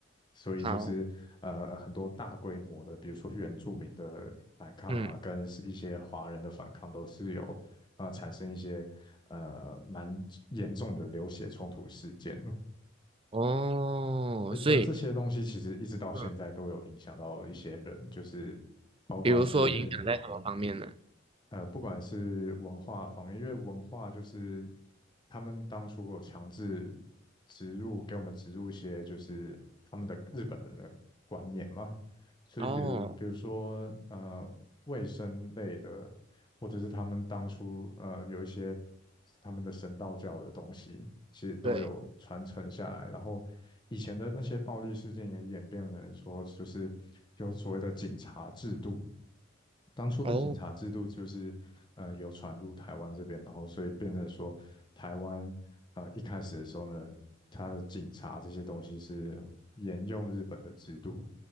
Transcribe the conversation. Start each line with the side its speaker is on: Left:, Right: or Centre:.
Left: 所以就是呃很多大规模的，
Right: 好，
Left: 比如说原住民的反抗啊，
Right: 嗯，
Left: 跟是一些华人的反抗，都是有啊产生一些呃蛮严重的流血冲突事件。
Right: 哦，
Left: 而而这些东西其实一直到现在都有影响到一些人，
Right: 所以嗯，
Left: 就是包括是
Right: 比如说影响在什么方面呢？
Left: 呃，不管是文化方面，因为文化就是他们当初有强制植入给我们植入一些就是他们的日本人的观念嘛，所以比如比如说呃卫生类的，
Right: 哦，
Left: 或者是他们当初呃有一些他们的神道教的东西，其实都有传承下来。
Right: 对，
Left: 然后以前的那些暴力事件也演变成说，就是有所谓的警察制度。当初的警察制度就是，
Right: 哦
Left: 呃，有传入台湾这边，然后所以变成说，台湾呃一开始的时候呢，他的警察这些东西是沿用日本的制度，